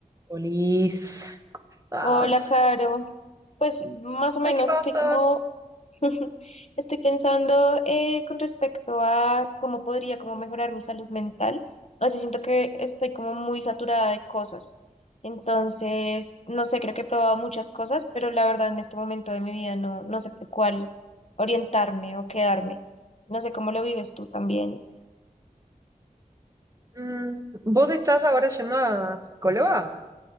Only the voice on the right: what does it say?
polis, Estás-
Ay, ¿qué pasa?
Mm, ¿vos estás ahora yendo a psicóloga?